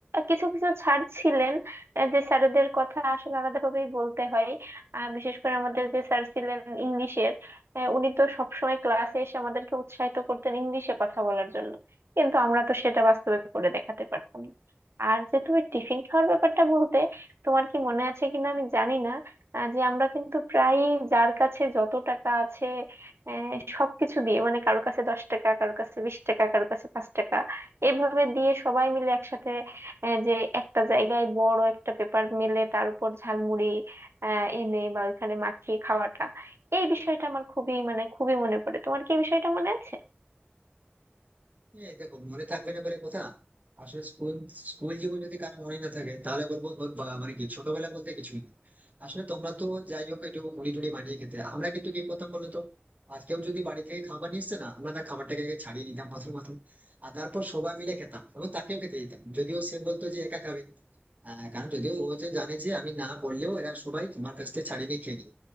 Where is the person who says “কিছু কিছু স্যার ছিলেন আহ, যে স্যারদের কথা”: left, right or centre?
Right